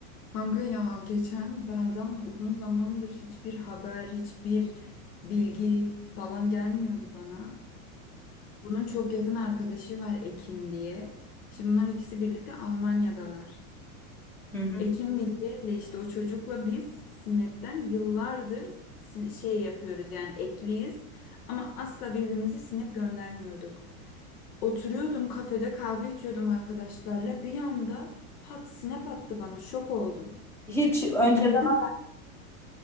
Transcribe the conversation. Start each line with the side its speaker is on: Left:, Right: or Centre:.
Left: Kanka ya geçen Berdan'la uzun zamandır hiçbir haber, hiçbir bilgi falan gelmiyordu bana. Bunun çok yakın arkadaşı var Ekin diye. Şimdi bunlar ikisi birlikte Almanya'dalar.
Centre: Hı hı.
Left: Ekin Bilge ile işte o çocukla biz Snap'ten yıllardır sin- şey yapıyoruz yani ekliyiz ama asla birbirimize Snap göndermiyorduk. Oturuyordum kafede kahve içiyordum arkadaşlarla bir anda pat Snap attı bana şok oldum.
Centre: Hiç önce
Left: Bir girdim